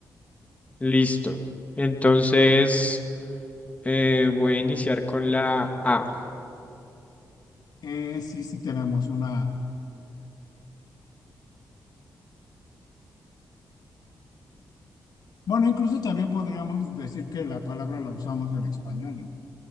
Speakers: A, on the left; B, on the left.
A: Listo. Entonces, eh, voy a iniciar con la A.
B: Eh, sí, sí tenemos una. Bueno, incluso también podríamos decir que la palabra la usamos en español, ¿eh?